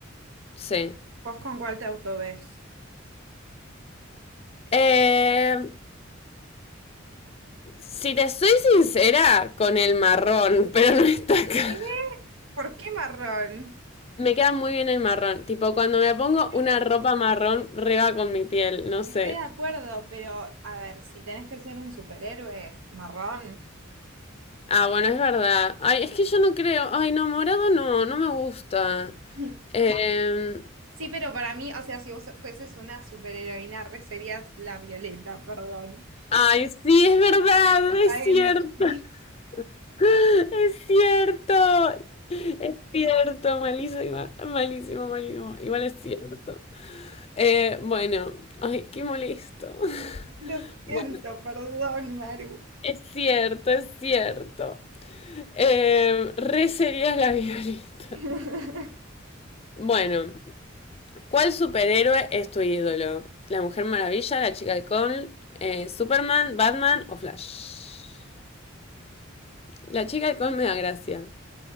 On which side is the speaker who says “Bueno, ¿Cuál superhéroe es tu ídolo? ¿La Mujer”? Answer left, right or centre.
Left